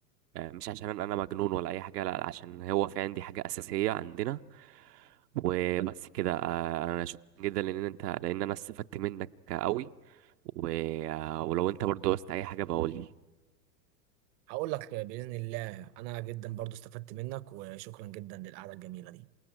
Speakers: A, on the right (about 70°); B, on the right (about 40°).
A: آه، مش عشان انا مجنون ولا اي حاجه لا عشان هو في عندي حاجه اساسيه عندنا وبس كده آه، انا شكرا جدا لان انت لان انا استفدت منك قوي و... آه، ولو انت برضو عاوزت اي حاجه بقول لي
B: هقول لك آه، باذن الله انا جدا برضو استفدت منك وشكرا جدا للقعده الجميله دي